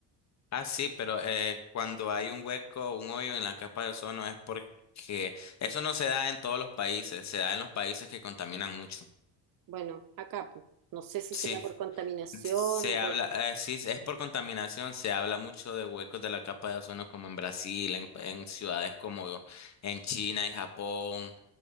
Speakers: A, on the left; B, on the right.
A: Ah, sí, pero eh, cuando hay un hueco, un hoyo en la capa de ozono es porque eso no se da en todos los países, se da en los países que contaminan mucho.
B: Bueno, acá pues, no sé si
A: Sí,
B: será por contaminación
A: se
B: o por...
A: habla, eh, sí, es por contaminación, se habla mucho de huecos de la capa de ozono como en Brasil, en, en ciudades como en China y Japón.